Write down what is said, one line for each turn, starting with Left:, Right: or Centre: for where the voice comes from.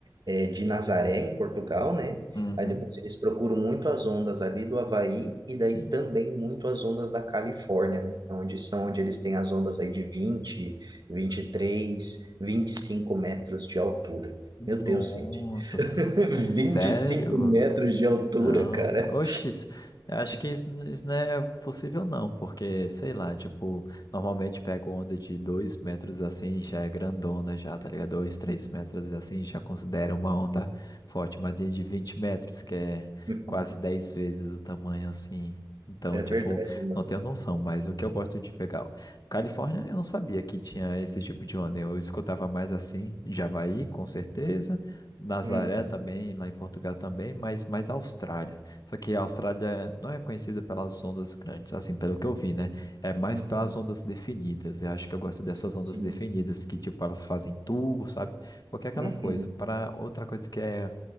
Right: é, de Nazaré, em Portugal, né?
Left: Uhum.
Right: Aí depois eles procuram muito as ondas ali do Havaí e daí
Left: Sim.
Right: também muito as ondas da Califórnia, né? Onde são, onde eles têm as ondas aí de vinte vinte e três vinte e cinco metros de altura.
Left: Nossa,
Right: Meu Deus, gente
Left: s-
Right: 25
Left: sério?
Right: metros de altura,
Left: Não,
Right: cara.
Left: oxe, isso- eu acho que isso, isso não é possível não, porque, sei lá, tipo, normalmente pego onda de dois metros assim, já é grandona já, tá ligado? Dois, três metros assim, já considera uma onda forte, mas de de 20 metros, que é
Right: Uhum.
Left: quase 10 vezes o tamanho assim. Então,
Right: É verdade,
Left: tipo,
Right: mano.
Left: não tenho noção, mas o que eu gosto de pegar. Califórnia, eu não sabia que tinha esse tipo de onda, eu escutava mais assim, Javaí, com certeza, Nazaré
Right: Uhum,
Left: também, lá em Portugal também, mas mais a Austrália. Só que a Austrália não é conhecida pelas ondas grandes, assim, pelo que eu vi, né? É mais
Right: uhum.
Left: pelas ondas definidas. Eu acho que eu gosto dessas
Right: Sim.
Left: ondas definidas, que, tipo, elas fazem tubo, sabe? Porque é aquela
Right: Uhum,
Left: coisa. Para outra coisa que é